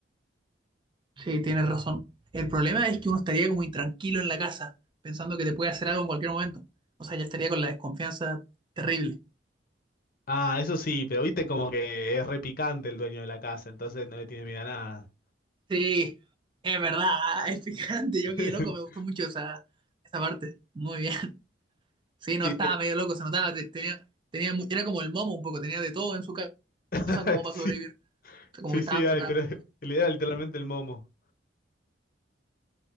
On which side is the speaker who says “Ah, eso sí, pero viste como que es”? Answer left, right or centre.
Left